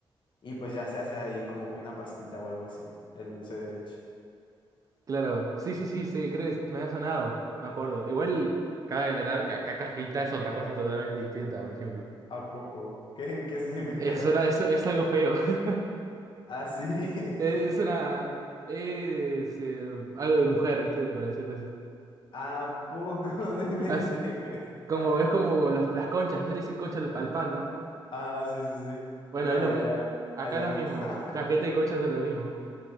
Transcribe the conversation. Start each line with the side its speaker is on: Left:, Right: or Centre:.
Left: y pues ya se hace ahí como que una pastita o algo así, el dulce de leche.
Right: Claro, sí, sí, sí, sí, crees, me ha sonado, me acuerdo. Igual cabe aclarar que acá cajita es otra cosa totalmente distinta, por ejemplo.
Left: ¿A poco? ¿Qué, qué significa?
Right: Es, una- es,
Left: <laughs>
Right: es algo feo. <laughs>
Left: Ah, sí.
Right: Eh,
Left: <laughs>
Right: Es una. Es eh, algo de mujer, ¿viste? Para decirte así.
Left: ¿A poco? <laughs> No inventes.
Right: <laughs> Es como,
Left: <laughs>
Right: es como los, las conchas. Ellos le dicen concha al, al pan, ¿no?
Left: Ah, sí, sí, sí.
Right: Bueno,
Left: No,
Right: es lo
Left: ya,
Right: mi-
Left: ya.
Right: Acá
Left: Allá
Right: es lo
Left: no.
Right: mismo.
Left: <laughs>
Right: Cajeta y concha son lo mismo.